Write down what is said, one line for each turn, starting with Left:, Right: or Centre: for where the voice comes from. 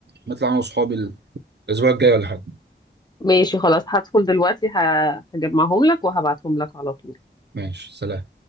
Right: نطلع انا واصحابي الاسبوع الجاي ولا حاجه
Left: ماشي خلاص هدخل دلوقتي ه- هجمعهم لك وهبعتهم لك على طول
Right: ماشي سلام